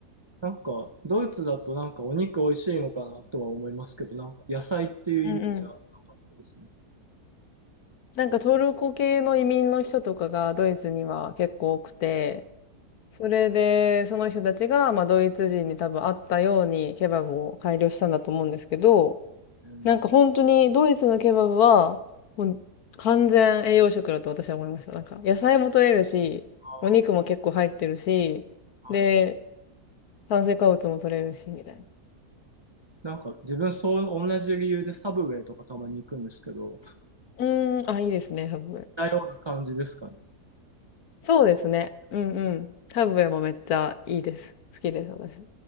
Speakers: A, on the right; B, on the left.
A: なんか、ドイツだとなんかお肉美味しいのかなとは思いますけど、なんか野菜っていうイメージはなかったですね。
B: うんうん。なんかトルコ系の移民の人とかがドイツには結構多くて、それで、その人たちが、まあ、ドイツ人に多分あったようにケバブを改良したんだと思うんですけど、
A: えー、
B: なんか本当にドイツのケバブは、もう完全栄養食だと私は思いました。なんか、野菜も取れるし、
A: あ
B: お肉も結構入ってるし、
A: ーはい
B: で、炭水化物も取れるし、みたいな。
A: なんか自分そう、同じ理由でサブウェイとかたまに行くんですけど、
B: うーん、あ、いいですね、ハブウェイ。
A: 似たような感じですかね。
B: そうですね。うんうん。ハブウェイもめっちゃいいです。好きです、私。